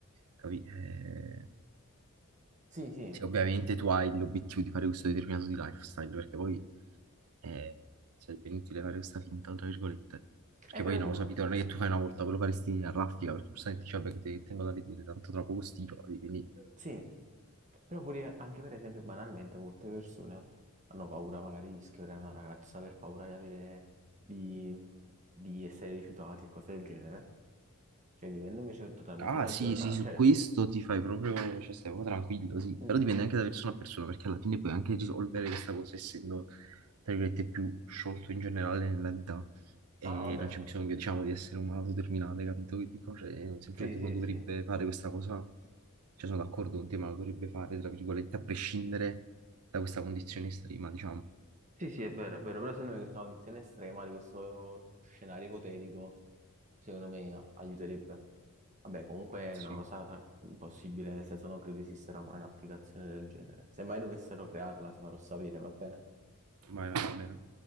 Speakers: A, on the right; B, on the right.
A: capi, eh,
B: Sì, sì.
A: se ovviamente tu hai l'obiettivo di fare questo determinato di lifestyle, perché poi eh, sarebbe inutile fare questa finta, tra virgolette. Perché
B: Eh, però
A: poi no,
B: tipo,
A: sapete, non è che tu fai una volta, ve lo faresti a raffica, perché giustamente dici, vabbè, che te- tengo da vedere, tanto tra poco stiro, quindi...
B: Sì, però pure anche per esempio banalmente molte persone hanno paura magari di scrivere a una ragazza per paura di avere di, di essere rifiutati e cose del genere. Cioè vivendo invece totalmente
A: Ah
B: la
A: sì,
B: giornata,
A: sì, su
B: cioè
A: questo ti fai proprio, cioè stai proprio tranquillo, sì,
B: mm,
A: però dipende anche da persona a persona, perché alla fine puoi anche risolvere questa cosa essendo, tra virgolette, più sciolto in generale nella vita e
B: ah vabbè.
A: non c'è bisogno, diciamo, di essere un malato terminale, capito che dico? Cioè, semplicemente
B: Sì, sì,
A: uno dovrebbe
B: sì.
A: fare questa cosa, cioè sono d'accordo con te, ma lo dovrebbe fare, tra virgolette, a prescindere da questa condizione estrema, diciamo.
B: Sì, sì, è vero, è vero, però secondo me questa condizione estrema di questo scenario ipotetico, secondo me a- aiuterebbe. Vabbè, comunque è
A: Sì,
B: una cosa tra- impossibile, nel senso non credo esista mai un'applicazione del genere. Se mai dovessero crearla, ti farò sapere, va bene?
A: vai, vai, va bene.